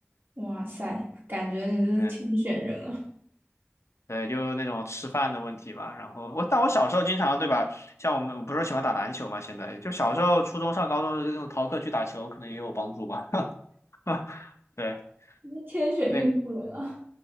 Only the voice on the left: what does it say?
对对，就那种吃饭的问题吧。然后我但我小时候经常对吧，像我们我不是喜欢打篮球嘛，现在就小时候初中上高中的时候那种逃课去打球，可能也有帮助吧。<laughs> 对，
那